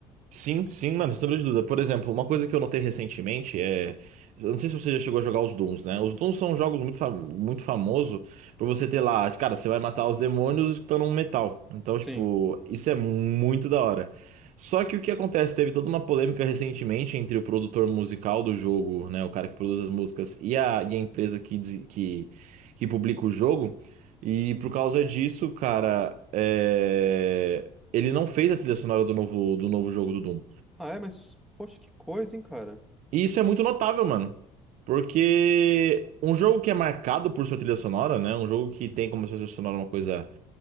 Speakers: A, on the right; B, in the centre.
A: Sim, sim, mano, sem sombra de dúvida. Por exemplo, uma coisa que eu notei recentemente é. Eu não sei se você já chegou a jogar os Dooms, né? Os Dooms são jogos muito, fam... muito famosos por você ter lá, cara, você vai matar os demônios escutando um metal. Então,
B: Sim.
A: tipo, isso é muito da hora. Só que o que acontece? Teve toda uma polêmica recentemente entre o produtor musical do jogo, né? O cara que produz as músicas e a, e a empresa que, des- que... que publica o jogo. E por causa disso, cara, é. Ele não fez a trilha sonora do novo, do novo jogo do Doom.
B: Ah, é, mas poxa, que coisa, hein, cara?
A: E isso é muito notável, mano. Porque um jogo que é marcado por sua trilha sonora, né? Um jogo que tem como sua trilha sonora uma coisa